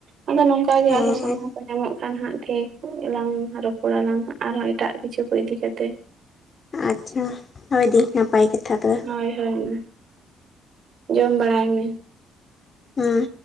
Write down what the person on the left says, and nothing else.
ᱦᱮᱸ
ᱦᱮᱸ
ᱟᱪᱪᱷᱟ ᱦ ᱫᱤ ᱱᱟᱯᱟᱭ ᱠᱟᱛᱷᱟ ᱛᱚᱵᱮ
ᱦᱮᱸ